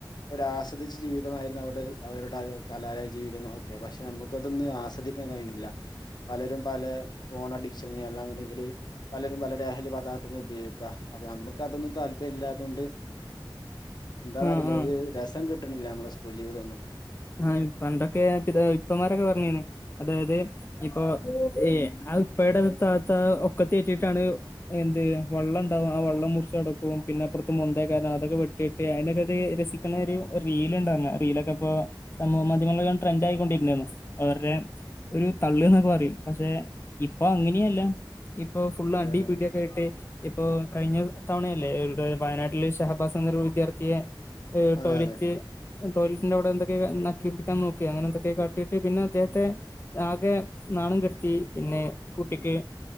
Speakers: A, on the left; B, on the left.
A: ഒരാസ്വദി ച്ച് ജീവിതമായിരുന്നു അവ്ടെ അവരുടെ അത് കലാലയ ജീവിതങ്ങളൊക്കെ. പക്ഷെ നമുക്കതൊന്നും ആസ്വദിക്കാൻ കഴിയ്ണില്ല. പലരും പല ഫോൺ അഡിക്ഷന് അല്ലാന്ന്ണ്ടെങ്കില് പലരും പല ലഹലി പദാർത്ഥങ്ങൾ ഉപയോഗിക്കാ അപ്പൊ നമ്മക്ക് അതൊന്നും താല്പര്യം ഇല്ലാത്തോണ്ട്
B: <inaudible>
A: എന്താന്നറിയില്ല
B: ആ ആ
A: ഒരു രസം കിട്ട്ണില്ല നമ്മളെ സ്കൂൾ ജീവിതം ഒന്നും.
B: ആ പണ്ടൊക്കെ ഇത് ഇപ്പമാരൊക്കെ പർഞ്ഞീനി അതായത് ഇപ്പൊ ഏ ആ ഉപ്പയുടെ താത്ത ഒക്കത്തേറ്റീട്ടാണ് എന്തെയ്യും വള്ളം ണ്ടാവും ആ വള്ളം മുർച്ചടക്കും പിന്നെ അപ്പൊറത്ത് മൊന്തയ്ക്കാരം അതൊക്കെ വെട്ടി അയ്നൊക്കെത് രസിക്ക്ണ ഒരു റീല്ണ്ടന്ന് റീലൊക്കെ പ്പോ. സമൂഹ മാധ്യമങ്ങളല്ലാം ട്രെന്റ് ആയ്ക്കൊണ്ടിര്ന്നേന്നു അവരുടെ ഒരു തള്ള്ന്നൊക്കെ പറയും. പക്ഷെ ഇപ്പൊ അങ്ങനെയല്ല ഇപ്പൊ ഫുള്ള്
A: അതെ
B: അടിപിടി.
A: അതെ
B: കേട്ട് ഇപ്പോ കഴിഞ്ഞ തവണയല്ലേ വയനാട്ടില് ഷഹബാസ് എന്നൊരു വിദ്യാർത്ഥിയെ ഹ്
A: അതെ
B: ടോയ്‌ലറ്റ്
A: അതെ
B: ടോയ്ലറ്റ്ന്റെ അവ്ടെ എന്തൊക് <unintelligible> നക്കിപ്പിക്കാ നോക്കി അനെന്തൊക്കെ കാട്ടിയിട്ട് പിന്നെ അദ്ദേഹത്തെ ആകെ നാണം കെടുത്തി പിന്നെ കുട്ടിക്ക്